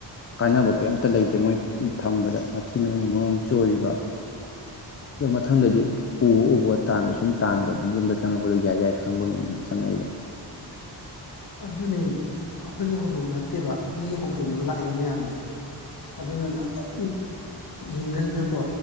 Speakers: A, on the left; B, on the left.
A: ꯀꯥꯟꯅꯕ ꯀꯩꯝꯇ ꯂꯩꯇꯦ ꯃꯣꯏ ꯊꯝꯕꯗ ꯃꯊꯤ ꯃꯌꯨꯡ ꯃꯔꯨꯝꯝ ꯆꯣꯏꯔꯤꯕ ꯑꯗꯣ ꯃꯊꯪꯗꯗꯤ ꯎꯕ ꯎꯕ ꯇꯥꯟꯕ ꯁꯨꯝ ꯇꯥꯟꯗꯕꯒꯤꯨꯝꯗ ꯆꯪꯉꯛꯄꯗꯣ ꯌꯥꯏ ꯌꯥꯏ ꯈꯪꯕꯒꯤꯃꯤ ꯆꯪꯉꯛꯏ
B: ꯑꯗꯨꯖꯅꯦ ꯑꯩꯈꯣꯏꯒꯤ ꯍꯧꯗꯣꯡ ꯅꯠꯇꯦꯕ ꯃꯤꯒꯤ ꯍꯧꯗꯣꯡꯅꯦꯕ ꯂꯥꯛꯏꯕ ꯃꯌꯥꯝꯁꯦ ꯑꯗꯨꯅꯅꯦ ꯑꯇꯣꯞ ꯤꯡꯒꯁꯤꯗꯀꯣ